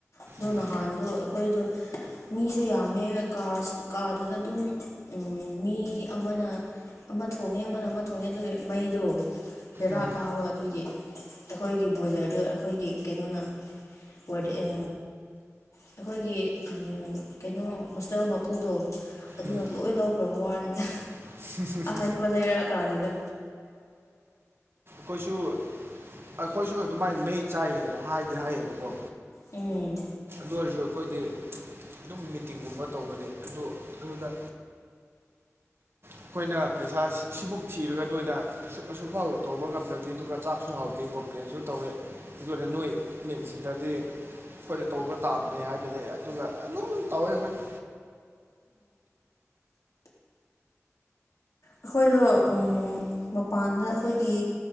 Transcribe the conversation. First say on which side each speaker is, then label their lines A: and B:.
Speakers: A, on the left; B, on the right.
A: ꯑꯗꯣ
B: ꯎꯝ
A: ꯅꯍꯥꯟꯗꯣ ꯑꯩꯈꯣꯏꯗꯣ ꯃꯤꯁꯨ ꯌꯥꯝꯃꯦ ꯀꯥꯁ ꯀꯥꯗꯨꯗ ꯑꯗꯨꯝ ꯎꯝ ꯃꯤ ꯑꯃꯅ ꯑꯃ ꯊꯣꯡꯉꯦ ꯑꯃꯅ ꯑꯃ ꯊꯣꯡꯉꯦ ꯑꯗꯨꯒꯤ ꯃꯩꯗꯣ ꯕꯦꯔꯥ
B: ꯎꯝ
A: ꯀꯥꯕ ꯑꯗꯨꯒꯤ ꯑꯈꯣꯏꯒꯤ ꯕꯣꯏꯂꯔꯗꯨ ꯑꯩꯈꯣꯏꯒꯤ ꯀꯩꯅꯣꯅ ꯋꯥꯔꯗꯦ ꯑ ꯑꯩꯈꯣꯏꯒꯤ ꯎꯝ ꯀꯩꯅꯣ ꯍꯣꯁꯇꯦꯜ ꯃꯄꯨꯗꯣ ꯑꯗꯨꯅ
B: ꯎꯝ
A: ꯂꯣꯏ ꯂꯧꯈ꯭ꯔꯕ ꯋꯥꯅꯤꯗ
B: <unintelligible>
A: ꯑꯍꯟꯕ ꯂꯩꯔꯛꯑ ꯀꯥꯟꯗꯨꯗ
B: ꯈꯣꯏꯁꯨ ꯑꯩꯈꯣꯏꯁꯨ ꯑꯗꯨꯃꯥꯏꯅ ꯃꯩ ꯆꯥꯏꯌꯦ ꯍꯥꯏꯗꯤ ꯍꯥꯏꯌꯦꯕꯀꯣ
A: ꯎꯝ
B: ꯗꯨ ꯑꯣꯏꯔꯁꯨ ꯑꯩꯈꯣꯏꯗꯤ ꯑꯗꯨꯝ ꯃꯤꯇꯤꯡꯒꯨꯝꯕ ꯇꯧꯕꯅꯤ ꯑꯗꯨ ꯑꯗꯨꯗ ꯑꯩꯈꯣꯏꯅ ꯄꯩꯁꯥ ꯁꯤ ꯁꯤꯃꯨꯛ ꯊꯤꯔꯒ ꯅꯣꯏꯗ ꯑꯁꯨꯛ ꯑꯁꯨꯛ ꯐꯥꯎ ꯇꯧꯕ ꯉꯝꯗ꯭ꯔꯗꯤ ꯑꯗꯨꯒ ꯆꯥꯛꯁꯨ ꯍꯥꯎꯇꯦ ꯀꯣꯝꯄ꯭ꯂꯦꯟꯁꯨ ꯇꯧꯋꯦ ꯑꯗꯨꯅ ꯅꯣꯏ ꯃꯦꯟ ꯁꯤꯗꯗꯤ ꯑꯩꯈꯣꯏꯅ ꯇꯧꯕ ꯇꯥꯕꯅꯦ ꯍꯥꯏꯕꯅꯦ ꯑꯗꯨꯒ ꯑꯗꯨꯝ ꯇꯧꯋꯦ ꯑꯩꯈꯣꯏꯗꯤ
A: ꯑꯩꯈꯣꯏꯗꯣ ꯎꯝ ꯃꯄꯥꯟꯗ ꯑꯈꯣꯏꯒꯤ